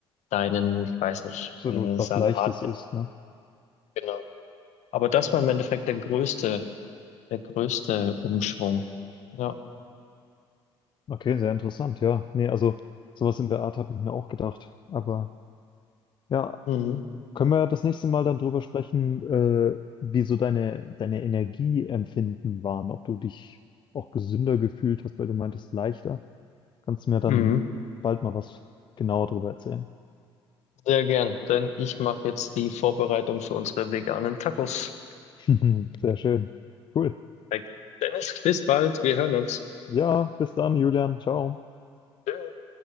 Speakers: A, on the left; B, on the left.
A: deinen, ich weiß nicht,
B: Absolut.
A: äh,
B: Was
A: Salat
B: Leichtes
A: isst.
B: ist, ne?
A: Genau. Aber das war im Endeffekt der größte, der größte Umschwung. Ja.
B: Okay, sehr interessant, ja. Nee, also sowas in der Art habe ich mir auch gedacht. Aber ja,
A: Mhm.
B: können wir ja das nächste Mal dann drüber sprechen, äh, wie so deine, deine Energieempfinden waren, ob du dich auch gesünder gefühlt hast, weil du meintest leichter. Kannst du mir dann
A: Mhm.
B: bald mal was genauer drüber erzählen?
A: Sehr gern, denn ich mache jetzt die Vorbereitung für unsere veganen Tacos.
B: <laughs> Sehr schön. Cool.
A: Perfekt. Dennis, bis bald, wir hören uns.
B: Ja, bis dann, Julian. Ciao.
A: Tschüss.